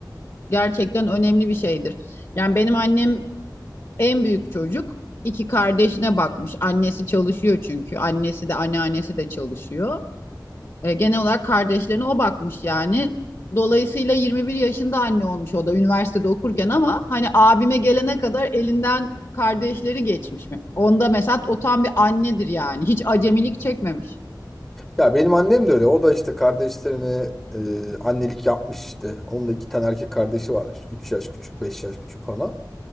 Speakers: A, on the left (about 45°); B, in the centre.
A: gerçekten önemli bir şeydir. Yani benim annem en büyük çocuk. iki kardeşine bakmış. Annesi çalışıyor çünkü. Annesi de anneannesi de çalışıyor. E, genel olarak kardeşlerine o bakmış yani. Dolayısıyla 21 yaşında anne olmuş o da üniversitede okurken ama hani abime gelene kadar elinden kardeşleri geçmiş mi? Onda mesela o tam bir annedir yani. Hiç acemilik çekmemiş.
B: Ya benim annem de öyle. O da işte kardeşlerine e, annelik yapmış işte. Onun da iki tane erkek kardeşi var. İşte 3 yaş küçük, 5 yaş küçük falan.